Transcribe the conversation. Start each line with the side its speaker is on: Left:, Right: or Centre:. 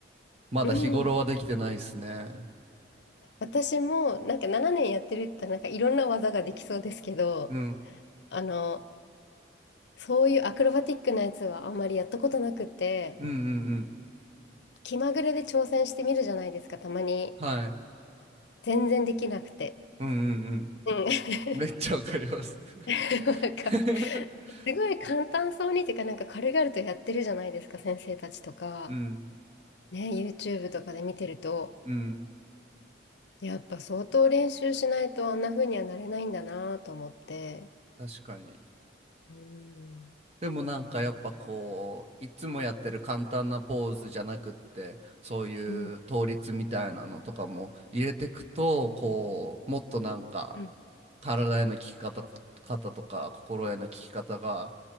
Right: まだ日頃はできてないですね。
Left: うん。うん。私も、なんか7年やってるって言ったら、なんかいろんな技ができそうですけど、
Right: うん。
Left: あの、そういうアクロバティックなやつはあんまりやったことなくて、
Right: うんうんうん。
Left: 気まぐれで挑戦してみるじゃないですか、たまに。
Right: はい。
Left: 全然できなくて。
Right: うんうんうん。
Left: うん。
Right: めっちゃわかります。
Left: <laughs>
Right: <laughs>
Left: なんか、すごい簡単そうにっていうか、なんか軽々とやってるじゃないですか、先生たちとか。
Right: うん、
Left: ね、YouTube とかで見てると、
Right: うん、
Left: やっぱ相当練習しないとあんな風にはなれないんだなと思って。
Right: 確かに。
Left: うん。
Right: でもなんかやっぱこういつもやってる簡単なポーズじゃなくってそういう倒立みたいなのとかも入れてくとこうもっとなんか
Left: うん、うん、
Right: 体への効き方、方とか心への効き方が